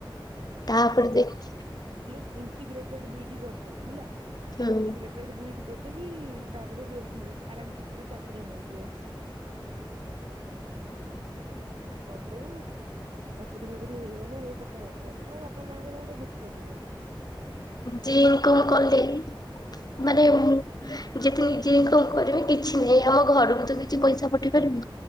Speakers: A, on the left; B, on the right.
A: ତାପରେ ଦେଖ
B: ଇଣ୍ଟିଗ୍ରେଟେଡ଼ ବିଡି କରିଦେ ହେଲା
A: ହୁଁ
B: ଇଣ୍ଟିଗ୍ରେଟେଡ଼ ବିଇଡି କର ଦେଇକି କି ତାପରେ ବି ଆରାମସେ ବି ଚା କିରି ମିଳିଯିବ। କରିଦବୁ ଉ ଚାକିରି ଫାକିରି ହେଇଗଲ ସତ କଥା ମାନେ ବାପା ମାଆଙ୍କର ଗୋଟେ ଦୁଃଖ ଯିବ।
A: ଯେ ଇନକମ୍ କଲେ ମାନେ
B: ଆଁ ଆଁ
A: ଯେତେ ନିଜ କି କଣ କରିବି କିଛି ନାହିଁ ଆମ ଘରକୁ ତ କିଛି ପଇସା ପଠେଇ ପାରିବି।